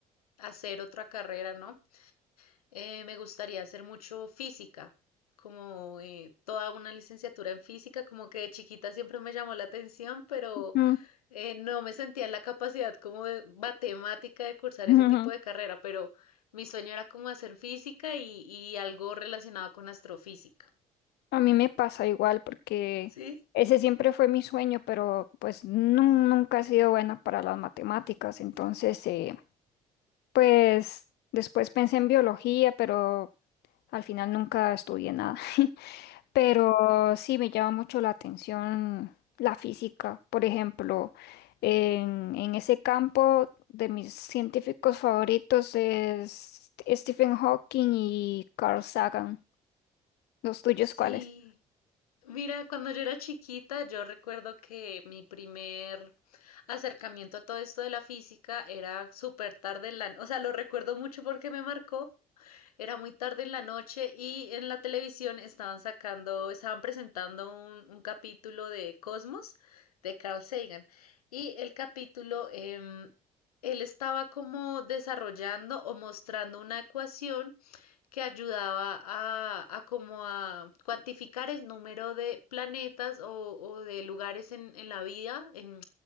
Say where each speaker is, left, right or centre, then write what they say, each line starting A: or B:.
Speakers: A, on the left; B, on the left.
A: hacer otra carrera, ¿no? Eh, me gustaría hacer mucho física, como eh, toda una licenciatura en física, como que de chiquita siempre me llamó la atención, pero
B: Mm.
A: eh, no me sentía en la capacidad como de matemática de cursar
B: <laughs>
A: ese tipo de carrera, pero mi sueño era como hacer física y, y algo relacionado con astrofísica.
B: A mí me pasa igual porque
A: ¿Sí?
B: ese siempre fue mi sueño, pero pues nun- nunca he sido buena para las matemáticas. Entonces, eh, pues después pensé en biología, pero al final nunca estudié nada. <laughs> Pero sí me llama mucho la atención la física. Por ejemplo, en, en ese campo de mis científicos favoritos es Stephen Hawking y Carl Sagan. ¿Los tuyos
A: Sí,
B: cuáles?
A: Mira, cuando yo era chiquita, yo recuerdo que mi primer acercamiento a todo esto de la física era súper tarde en la, o sea, lo recuerdo mucho porque me marcó, era muy tarde en la noche y en la televisión estaban sacando, estaban presentando un, un capítulo de Cosmos de Carl Sagan y el capítulo, em, él estaba como desarrollando o mostrando una ecuación que ayudaba a, a como a cuantificar el número de planetas o, o de lugares en, en la vida, en,